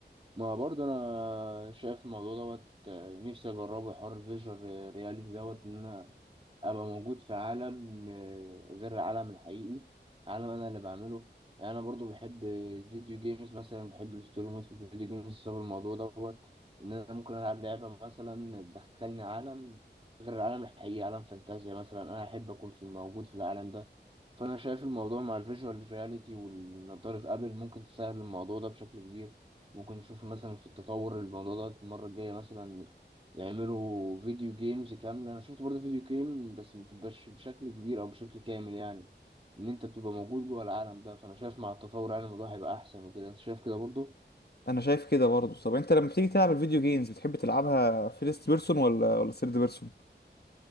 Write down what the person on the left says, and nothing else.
انا شايف كده برضو طب انت لما بتيجي تلعب الفيديو جيمز بتحب تلعبها فيرست بيرسون ولا ولا ثيرد بيرسون